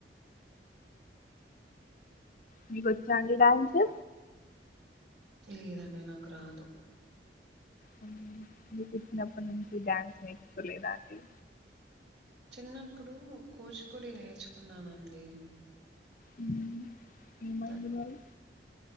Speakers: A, on the left (about 50°); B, on the right (about 80°).
A: మీకొచ్చాండి డాన్స్
B: లేదండి నాకు రాదు
A: హ్మ్ మీరు పుట్టినప్పటినుంచి డ్యాన్స్ నేర్చుకోలేదా అండి
B: చిన్నప్పుడు కూచిపూడి నేర్చుకున్నానండి.
A: హ్మ్ ఏమైంది
B: తర్వా
A: మరీ